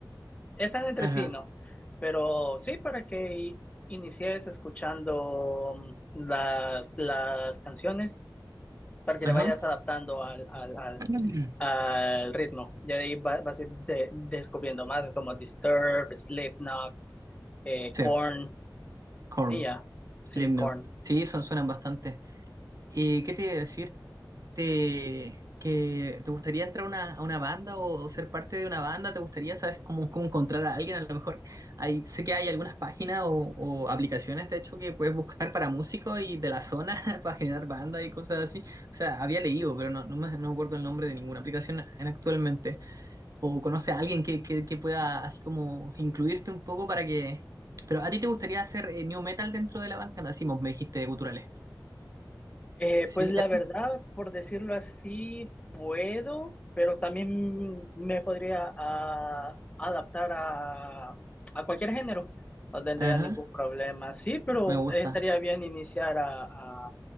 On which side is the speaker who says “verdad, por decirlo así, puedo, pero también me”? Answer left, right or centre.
Left